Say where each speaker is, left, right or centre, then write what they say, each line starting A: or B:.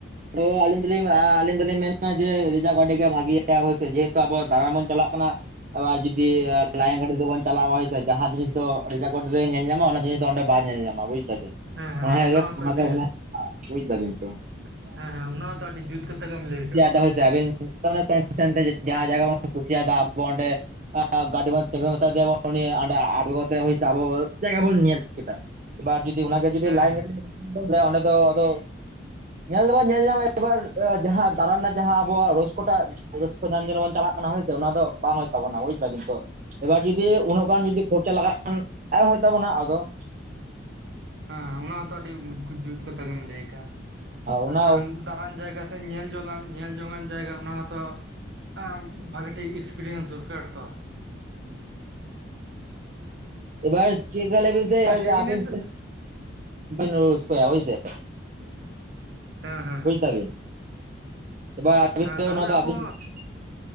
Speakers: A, on the right (about 40°); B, on the right (about 60°).
A: ᱛᱚ ᱟᱞᱤᱧ ᱫᱚᱞᱤᱧ ᱟ-ᱟᱞᱤᱧ ᱫᱚᱞᱤᱧ ᱢᱮᱱᱫ ᱛᱟᱦᱮᱸᱡᱮ ᱨᱤᱡᱟᱵᱷ ᱜᱟᱰᱤ ᱜᱮ ᱵᱷᱟᱜᱮᱹᱭᱟ ᱟᱵᱚ ᱥᱮ ᱡᱮᱹᱦᱮᱹᱛᱩ ᱟᱵᱚ ᱫᱟᱬᱟᱱ ᱵᱚᱱ ᱪᱟᱞᱟᱜ ᱠᱟᱱᱟ ᱾ ᱮᱵᱟᱨ ᱡᱩᱫᱤ ᱞᱟᱭᱤᱱ ᱜᱟᱹᱰᱤ ᱛᱮᱵᱚᱱ ᱪᱟᱞᱟᱜᱼᱟ ᱦᱚᱭᱛᱳ ᱡᱟᱦᱟᱸ ᱡᱤᱱᱤᱥ ᱫᱚ ᱨᱤᱡᱟᱨᱵᱽ ᱜᱟᱹᱰᱤ ᱨᱮ ᱧᱮᱞ ᱧᱟᱢᱚ ᱟ ᱚᱱᱟ ᱡᱤᱱᱤᱥ ᱫᱚ ᱚᱸᱰᱮ ᱵᱟᱭ ᱧᱮᱞ ᱧᱟᱢᱚ ᱟ ᱾ ᱵᱩᱡᱽ ᱫᱟᱵᱤᱱ
B: ᱦᱮᱸ ᱦᱮᱸ
A: ᱚᱱᱟ ᱤᱭᱟᱹ
B: ᱦᱚᱸᱛᱚ
A: ᱱᱟᱥᱮ
B: ᱟᱹᱰᱤ
A: ᱚᱱᱟ ᱚ ᱵᱩᱡᱽ ᱫᱟᱵᱤᱱ ᱾
B: ᱦᱮᱸ ᱦᱮᱸ, ᱚᱱᱟ ᱦᱚᱸᱛᱚ ᱟᱰᱤ ᱡᱩᱛ ᱠᱟᱛᱷᱟ ᱜᱮᱢ ᱞᱟᱹᱭ ᱟᱠᱟᱜᱼᱟ
A: ᱠᱩᱥᱤᱭᱟᱫᱟ
B: ᱾
A: ᱦᱳᱭ ᱟᱵᱤᱱ ᱥᱮᱱ ᱥᱮᱱᱛᱮ ᱡᱟᱦᱟᱸ ᱡᱟᱭᱜᱟ ᱵᱚᱱ ᱠᱩᱥᱤᱭᱟᱫᱟ ᱟᱵᱚ ᱚᱸᱰᱮ ᱜᱟᱰᱤ ᱵᱚᱱ ᱛᱤᱸᱜᱩ ᱢᱮᱛᱟ ᱫᱮᱭᱟᱵᱚ ᱩᱱᱤ ᱚᱸᱰᱮ ᱟᱬᱜᱚ ᱠᱟᱛᱮ. ᱦᱳᱭᱥᱮ ᱟᱵᱚ ᱡᱟᱭᱜᱟ ᱵᱚᱱ ᱧᱮᱞ ᱠᱮᱫᱟ ᱾ ᱮᱵᱟᱨ ᱡᱩᱫᱤ ᱚᱱᱟᱜᱮ ᱡᱩᱫᱤ
B: ᱦᱮᱸ
A: ᱞᱟᱭᱤᱱ
B: ᱦᱮᱸ
A: ᱜᱟᱰᱤ ᱚᱸᱰᱮ ᱫᱚ ᱟᱫᱚ ᱧᱮᱞ ᱫᱚᱵᱚᱱ ᱧᱮᱞ ᱧᱟᱢᱟ ᱮᱵᱟᱨ ᱡᱟᱦᱟᱸ ᱫᱟᱬᱟᱱ ᱨᱮᱱᱟᱜ ᱡᱟᱦᱟᱸ ᱟᱵᱚᱣᱟᱜ ᱨᱳᱥ ᱠᱚᱴᱟ ᱨᱟᱹᱥᱠᱟᱹ ᱡᱟᱦᱟᱱ ᱡᱚᱱᱚ ᱵᱚᱱ ᱪᱟᱞᱟᱜ ᱠᱟᱱᱟ ᱦᱳᱭᱥᱮ ᱚᱱᱟ ᱫᱚ ᱵᱟᱝ ᱦᱳᱭᱳᱜ ᱛᱟᱵᱚᱱᱟ ᱵᱩᱡᱽᱫᱟᱵᱤᱱ ᱛᱚ ᱾ ᱪᱟ-ᱜ, ᱮᱵᱟᱨ ᱡᱩᱫᱤ ᱩᱱᱟᱹᱜ ᱜᱟᱱ ᱡᱩᱫᱤ ᱠᱷᱚᱨᱪᱟ ᱞᱟᱜᱟᱜ ᱠᱷᱟᱱ ᱮᱢ ᱦᱳᱭᱳᱜ ᱛᱟᱵᱚᱱᱟ ᱟᱫᱚ ᱾
B: ᱦᱮᱸ ᱚᱱᱟᱛᱚ ᱟᱹᱰᱤ ᱵᱩᱡᱽᱠᱩ ᱡᱩᱛ ᱠᱟᱛᱷᱟ ᱜᱮᱢ ᱞᱟᱹᱭ ᱠᱟ
A: ᱚᱱᱟ
B: ᱟᱨ ᱡᱟᱦᱟᱱ ᱫᱟᱬᱟᱱ ᱡᱟᱭᱜᱟ ᱧᱮᱞ ᱡᱚᱞᱟᱝ ᱧᱮᱞ ᱡᱚᱝᱟᱱ ᱡᱟᱭᱜᱟ ᱚᱱᱟ ᱦᱚᱸᱛᱚ ᱟᱸ ᱵᱷᱟᱜᱮᱹ ᱴᱷᱤᱠ ᱤᱥᱯᱤᱨᱤᱭᱮᱱᱥ ᱫᱚᱨᱠᱟᱨ ᱛᱚ ᱾
A: ᱮᱵᱟᱨ ᱪᱮᱜᱠᱟ ᱞᱟᱹᱭ ᱵᱮᱱ ᱥᱮ
B: ᱦᱮᱸ ᱪᱮᱫ ᱵᱤᱱ
A: ᱟᱵᱤᱱ
B: ᱞᱟᱹᱭ ᱮᱫᱟ?
A: <inaudible> ᱦᱳᱭ ᱥᱮ ᱾
B: ᱦᱮᱸ ᱦᱮᱸ
A: ᱵᱩᱡᱽ ᱫᱟᱵᱤᱱ, ᱮᱵᱟᱨ ᱟᱵᱤᱱ
B: ᱦᱮᱸ
A: ᱫᱚ
B: ᱛᱟᱦᱚᱞᱮ
A: ᱚᱱᱟ ᱫᱚ
B: ᱟᱵᱚ
A: ᱟᱵᱤᱱ ᱴᱩᱸᱡ